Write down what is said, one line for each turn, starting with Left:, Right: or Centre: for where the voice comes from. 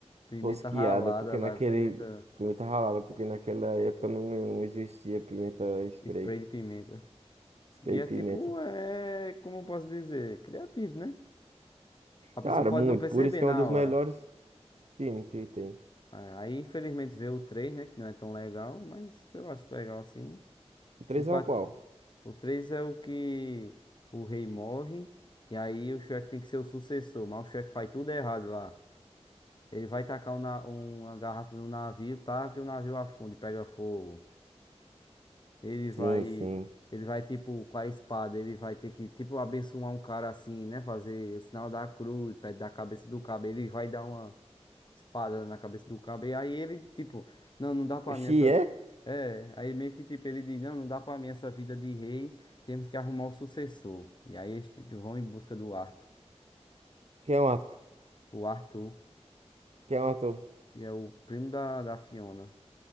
Left: pimenta
Right: rosqueada,
Left: ralada
Right: porque
Left: lá,
Right: naquele.
Left: pimenta,
Right: Pimenta ralada, porque naquela época não, não existia pimenta em spray.
Left: spray de pimenta.
Right: Spray
Left: E é
Right: de pimenta.
Left: tipo, é, como eu posso dizer, criativo, né? A pessoa
Right: Cara,
Left: pode
Right: muito.
Left: não perceber
Right: Por isso que
Left: na
Right: é um dos
Left: hora.
Right: melhores filmes que tem.
Left: É, Aí, infelizmente, vê o 3, né? Que não é tão legal, mas eu acho legal assim.
Right: O três
Left: O 4
Right: é o qual?
Left: O 3 é o que o rei morre. E aí o Shrek tem que ser o sucessor. Mas o Shrek faz tudo errado lá. Ele vai tacar um na- uma garrafa no navio, tá? Que o navio afunda e pega fogo. Ele
Right: Sim,
Left: vai.
Right: sim.
Left: Ele vai, tipo, com a espada, ele vai ter que, tipo, abençoar um cara assim, né? Fazer o sinal da cruz, perto da cabeça do cabo. Ele vai dar uma espada na cabeça do cabo. E aí ele, tipo, não, não dá pra mim
Right: Xi
Left: essa.
Right: é?
Left: vi-" É, aí meio que tipo, ele diz, não, não dá pra mim essa vida de rei, temos que arrumar o sucessor. E aí eles t- vão em busca do Arthur.
Right: Quem é o ator?
Left: O Arthur,
Right: Quem é o ator?
Left: que é o primo da, da Fiona,